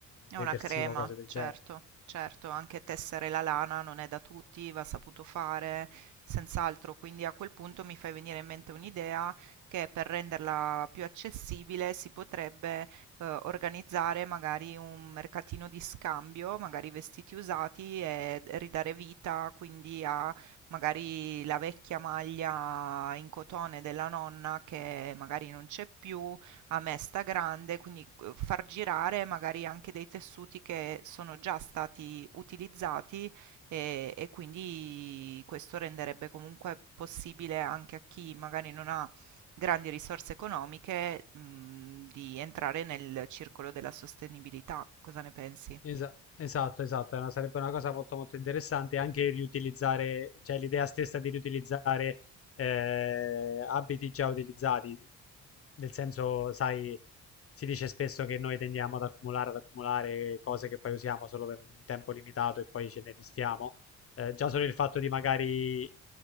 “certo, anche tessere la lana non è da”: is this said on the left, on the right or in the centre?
Right